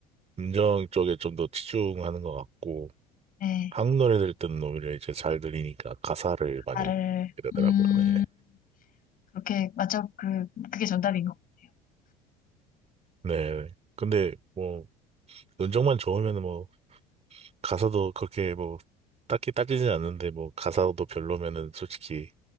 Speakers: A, on the right; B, on the left.
A: 음정 쪽에 좀 더 치중하는 것 같고
B: 네.
A: 한국 노래 들을 때는 오히려 이제 잘 들리니까 가사를 많이
B: 나를,
A: 듣게 되더라고요.
B: 음,
A: 네.
B: 그렇게, 맞춰 그, 그게 정답인 것 같아요.
A: 네. 근데 뭐 음정만 좋으면 뭐 가사도 그렇게 뭐 딱히 따지진 않는데 뭐 가사도 별로면은 솔직히